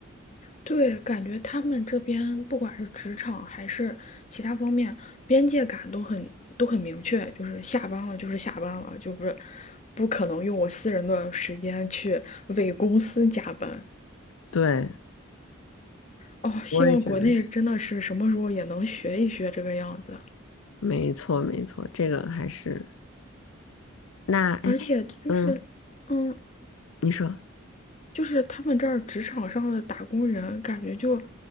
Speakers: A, on the left; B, on the left.
A: 对，感觉他们这边不管是职场还是其他方面，边界感都很都很明确，就是下班了就是下班了，就不是不可能用我私人的时间去为公司加班。
B: 对，
A: 哦，希望国内真的是什么时候也能学一学这个样子，
B: 我也觉得是，没错没错，这个还是那哎
A: 而且就是，
B: 嗯，
A: 嗯，
B: 你说，
A: 就是他们这儿职场上的打工人，感觉就，